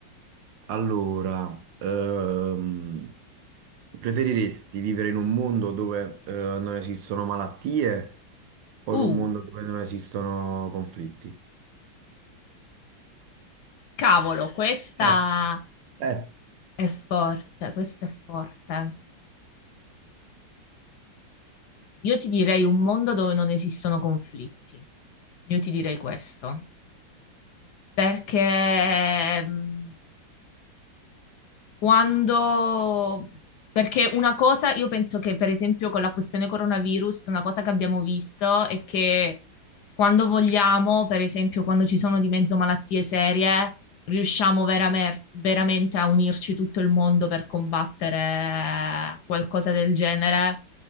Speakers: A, on the right; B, on the left.
A: Allora, ehm, preferiresti vivere in un mondo dove eh, non esistono malattie o
B: uh,
A: in un mondo dove non esistono conflitti?
B: cavolo, questa
A: Eh, eh.
B: è forte, questa è forte. Io ti direi un mondo dove non esistono conflitti. Io ti direi questo, perché mm, quando... Perché una cosa, io penso che per esempio con la questione coronavirus, una cosa che abbiamo visto è che quando vogliamo, per esempio quando ci sono di mezzo malattie serie, riusciamo veramer- veramente a unirci tutto il mondo per combattere qualcosa del genere,